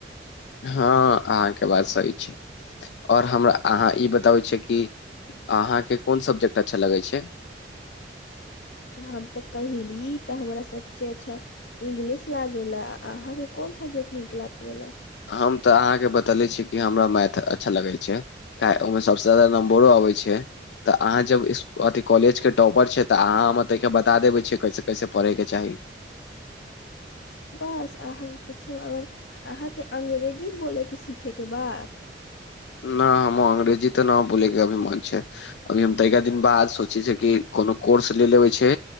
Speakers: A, on the left (about 70°); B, on the left (about 85°).
A: हँ अहाँके बात सही छै आओर हमरा अहाँ ई बताबै छै कि अहाँके कोन सब्जेक्ट अच्छा लगै छै
B: हम तऽ कहीली तऽ हमरा सबसे अच्छा इंग्लिश लागेला अहाँकेँ कोन सब्जेक्ट नीक लागेला
A: हम तऽ अहाँके बतेले छी कि हमरा मैथ अच्छा लगै छै क ओहिमे सबसे जादा नंबरो होइ छै तऽ अहाँ जब अथि कॉलेज के टॉपर छै तऽ अहाँ हम तइके बता देबे छीयै कैसे कैसे पढ़े के चाही <inaudible>
B: बस अहाँ कुछो अगर अहाँके अंग्रेजी बोलयके सीखेके बा
A: न हमो अंग्रेजी तऽ न बोलेके अभीमन छै अभी हम तैका दिन बाद सोचे छिय कि कोनो कोर्स ले लेबे छै